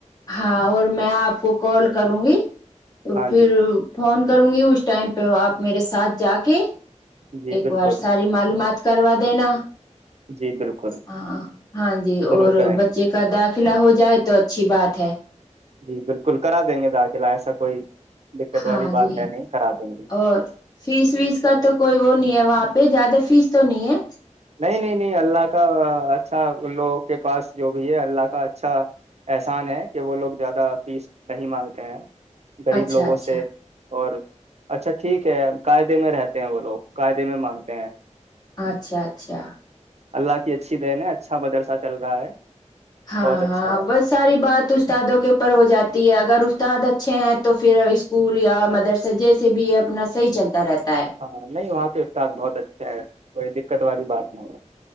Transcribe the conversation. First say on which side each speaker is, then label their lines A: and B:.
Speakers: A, on the left; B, on the right.
A: ہاں اور میں آپ کو کال کروں گی تو
B: ہاں
A: پھر
B: جی
A: فون کروں گی اس ٹائم پہ آپ میرے ساتھ جا کے
B: جی
A: ایک
B: بالکل
A: بار ساری معلومومات کر دےینا
B: جی بالکل
A: ہاں ہاں جی
B: ضرور
A: اور
B: کرائیں
A: بچے
B: گے
A: کا داخلہ ہو جائے تو اچھی بات ہے
B: جی بالکل کرا دیں گے داخلہ ایسا کوئی دقت
A: ہاں
B: والی بات
A: جی
B: ہے نہیں کرا دیں گے
A: اور فیس ویس کا تو کوئی وہ نہیں ہے وہاں پہ زیادہ فیس تو نہیں ہے
B: نہیں نہیں نہیں اللہ کا اچھا ان لوگوں کے پاس جو بھی ہے اللہ کا اچھا احسان ہے کہ وہ لوگ زیادہ فیس نہیں مانگتے ہیں غریب
A: اچھا
B: لوگوں
A: اچھا
B: سے اور اچھا ٹھیک ہے قاعدے میں رہتے ہیں وہ لوگ قاعدے میں مانگتے ہیں
A: اچھا اچھا
B: اللہ کی اچھی دن ہے اچھا مدرسہ چل رہا ہے
A: ہاں
B: بہت اچھا
A: ہاں
B: ہے
A: بس ساری بات استادوں کے اوپر ہو جاتی ہے اگر اس تعد اچھے ہیں تو پھر اسکول یا مدرسہ جیسے بھی یہ اپنا صحیح چلتا رہتا ہے
B: ہاں نہیں وہاں تو استاد بہت اچھا ہے کوئی دق دقت والی بات نہیں